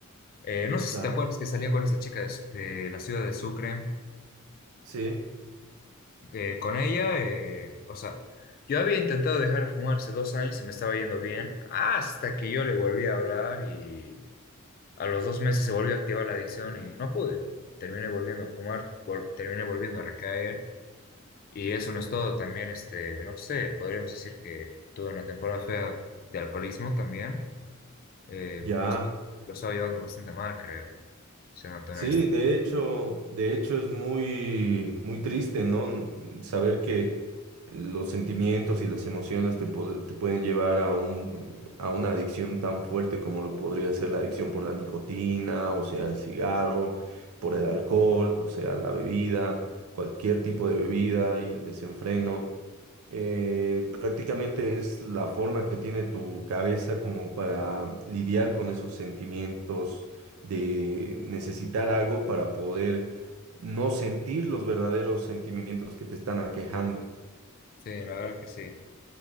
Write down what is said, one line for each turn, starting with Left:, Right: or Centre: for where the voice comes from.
Left: Eh, no sé
Right: Claro.
Left: si te acuerdas que salía con esa chica de, de la ciudad de Sucre.
Right: Sí,
Left: eh, con ella, eh, o sea, yo había intentado dejar de fumar hace dos años y me estaba yendo bien, hasta que yo le volví a hablar y a los dos meses se volvió a activar la adicción y no pude. Terminé volviendo a fumar, vol- terminé volviendo a recaer y eso no es todo. También, este, no sé, podríamos decir que tuve una temporada fea de alcoholismo también. Eh,
Right: ya.
Left: lo, lo estaba llevando bastante mal, creo, siendo
Right: Sí,
Left: honesto.
Right: de hecho, de hecho es muy, muy triste, ¿no? N- Saber que los sentimientos y las emociones te, pod- te pueden llevar a un, a una adicción tan fuerte como lo podría ser la adicción por la nicotina, o sea, el cigarro, por el alcohol, o sea, la bebida, cualquier tipo de bebida y el desenfreno. eh, prácticamente es la forma que tiene tu cabeza como para lidiar con esos sentimientos de necesitar algo para poder no sentir los verdaderos sentimientos que te están aquejando.
Left: Sí, la verdad que sí.